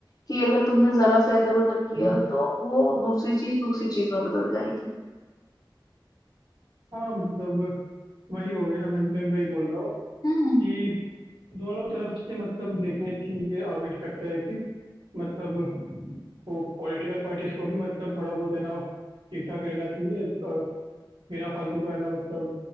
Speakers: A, on the left; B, on the right.
A: कि अगर तुमने जरा सा इधर उधर किया
B: हम्म,
A: तो वो दूसरी चीज दूसरी चीज में बदल जाएगी
B: हाँ मतलब वही हो गई ना मैं मैं वही बोल रहा हूँ
A: हम्म
B: कि दोनों तरफ से मतलब देखने की ये आवश्यकता है कि मतलब वो पॉलिटिकल पार्टीज को भी मतलब थोड़ा बहुत है ना ठीक ठाक रहना चाहिए और बिना फालतू का है ना मतलब